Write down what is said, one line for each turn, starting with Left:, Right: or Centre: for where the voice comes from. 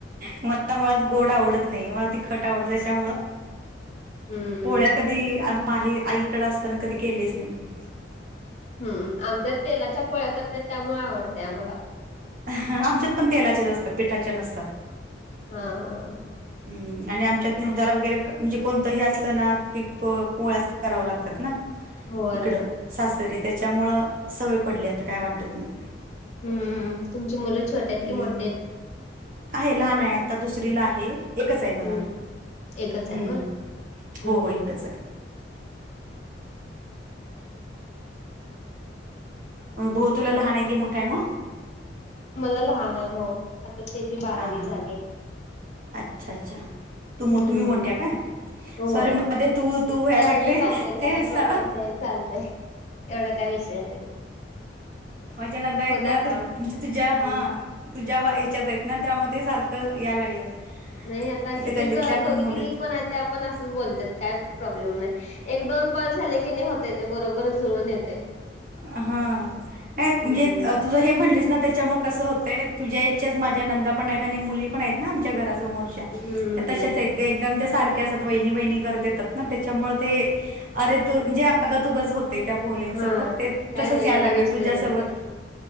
Right: मला मुळात गोड आवडत नाही मला तीखट आवडत त्याच्यामुळ
Left: हम्म
Right: पोळ्या कधी आई माहे आईकडे असताना कधी केलेच नाहीत.
Left: हम्म आमच्यात तेलाच्या पोळ्या करतात त्यामुळे आवडते आम्हाला.
Right: हा आमच्यात पण तेलाचेच असतात पिठाच्या नसतात.
Left: हाहा.
Right: हम् आणि आमच्यात निवदाला वगैरे म्हणजे कोणतंही असलं ना प पोळ्याच कराव लागतात ना.
Left: होय
Right: इकड सासरी त्याच्यामुळ सवय पडली आता काय वाटत. नाही.
Left: हम्म तुमचे मुलं छोटे आहेत
Right: हम्म
Left: कि मोठे आहेत?
Right: आहे लहान आहे आता दुसरीला आहे. एकच आहे मला
Left: हम्म एकच
Right: हम्म
Left: आहे होय
Right: हो
Left: हम्म
Right: हो
Left: हम्म
Right: एकच आहे. भाऊ तुला लहान आहे की मोठा आहे मग?
Left: मला लहान आहे भाऊ आता ते जी बारावी
Right: हा हा हा.
Left: चालु आहे.
Right: अच्छा अच्छा तु
Left: हम्म
Right: तुम्ही मोठ्या काय
Left: होय
Right: सॉरी मध्ये तू. तू व्हायला
Left: चालतय
Right: लागले
Left: चालतय
Right: ते
Left: काय
Right: स
Left: प्रॉब्लेम नाही चालतय एवढा काय विषय नाही
Right: माझ्या नंदा आहेत
Left: होते
Right: ना
Left: आता
Right: म्हं तुमच्या तुझ्या
Left: हम्म
Right: हा. तू ज्या ह्याच्याच आहेत ना त्यामध्ये सारखं या लागल्यात.
Left: नाही आता
Right: इथे
Left: कितीच
Right: गल्लीतल्या
Left: दोघी
Right: पण मुल
Left: तिघी पण आहेत ते आपण असंच बोलतात काय प्रॉब्लेम नाही एक दोन कॉल झाले की नाही होत ते बरोबरच जुळून येते
Right: हा नाही
Left: हम्म.
Right: म्हणजे तुझं हे म्हटलीस ना त्याच्यामुळे कसं होतंय तुझ्या इ्छ्याच माझ्या नंदा पण आहेत आणि मुली पण आहेत ना आमच्या घरा समोरची
Left: हम्म
Right: तशाच आहेत ग एकदम त्या सारख्या असतात वहिनी वहिणी करत येतात ना त्याच्यामुळे ते अरे तू म्हणजे आग तूग च होत. ते त्या बोलींसोबत
Left: हा
Right: ते
Left: काय
Right: तसच
Left: नाही
Right: यायला
Left: एवढा
Right: लागलं
Left: विषय
Right: तुझ्यासोबत.
Left: नाही ते